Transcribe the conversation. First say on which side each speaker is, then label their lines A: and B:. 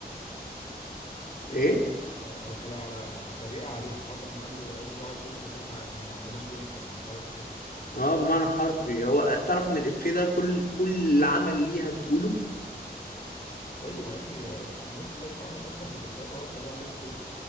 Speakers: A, on the left; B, on the left.
A: في
B: إيه؟
A: افيهات بتطلع على على كلا على طريقه عليها فاطمه ما قال له قالت له تعالى شيلني قال لها احنا ما عندناش ونش ولا مش عارف ايه
B: آه بمعنى حرفي هو تعرف إن الإفيه ده كل كل عمل ليها بتقوله
A: ايوه يا ابني الناس كلها دي اتعملت اصلا بالافيهات ولا الطريقه عليهم وكده